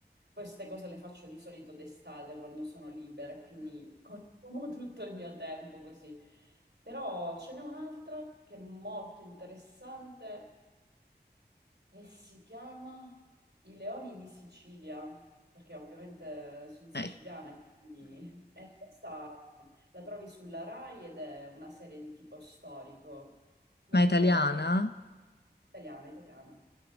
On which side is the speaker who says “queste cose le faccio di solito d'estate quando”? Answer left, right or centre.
Right